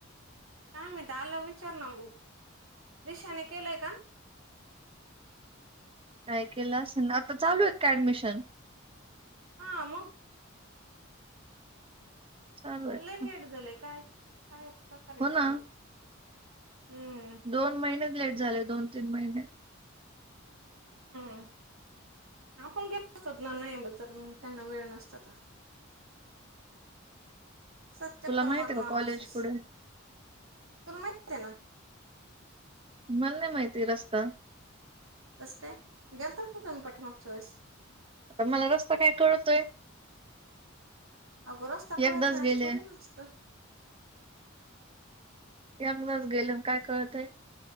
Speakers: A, on the right; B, on the right.
A: काय माहित आल्यावर विचार ना तू दिशांनी केलय का
B: काय केलं असणं आता चालूय काय ऍडमिशन.
A: हा मग.
B: चालू
A: पण
B: आहेत
A: लई
B: का
A: लेट झालंय काय काय प्रकार
B: हो
A: काय
B: ना
A: माहिती. हम्म
B: दोन महिनेच लेट झाले दोन तीन महिने.
A: हो आपण गेलो असत ना त्यांना वेळ नसत्यात. सात चक्कर
B: तुला माहिती
A: मारून
B: आहे
A: आला
B: का कॉलेज
A: असस.
B: पुढे
A: तुला माहीती आहे ना.
B: मला नाही माहिती रस्ता.
A: तस काय गेलतात ना तुम्ही पाठिमागच वेळेस.
B: मला रस्ता काय कळतोय.
A: अगं कळत
B: एकदाच
A: नाही
B: गेले
A: थोडी ना असतं.
B: यंगच गेले काय कळतय